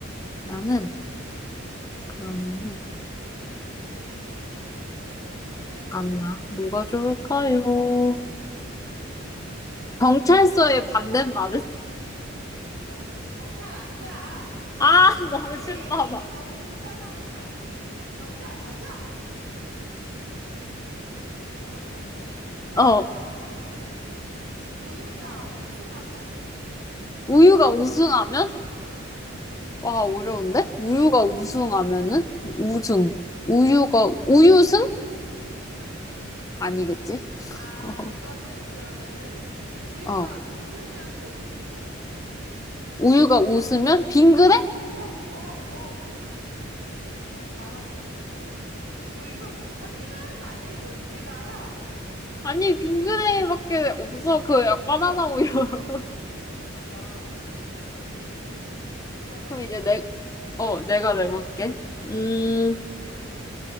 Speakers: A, on the left; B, on the right.
A: 나는 그러면은
B: 뭐가 좋을까요?
A: 잠깐만. 뭐가
B: 뭐가
A: 좋을까요?
B: 좋을까요?
A: 경찰서의 반대말은?
B: 경, 경찰 앉아.
A: 아, <laughs> 너무
B: 에이,
A: 신나
B: 이거
A: 봐.
B: 너무 쉽잖아. 경찰, 앉아! 그러면은, 어,
A: 어,
B: 우유가 우승하면?
A: 우유가 우승하면?
B: 응,
A: 와, 어려운데? 우유가 우승하면은? 우승.
B: 응,
A: 우유가, 우유승?
B: 아니.
A: 아니겠지?
B: 아,
A: <laughs>
B: 이거는 그러면은, 우유가
A: 어.
B: 웃으면도 될 것 같아.
A: 우유가 웃으면? 빙그레?
B: 응. 오, 오, 오! 잘하는데? 뭐 이거 뭐 컨닝하는 거 아니야? 이거 어떻게 알아?
A: 아니, 빙그레밖에 없어. 그, 약 바나나 우유. <laughs>
B: 아, 똑똑하다. 그러면
A: 그럼
B: 또
A: 이제
B: 내줘봐.
A: 내, 어, 내가 내볼게. 음,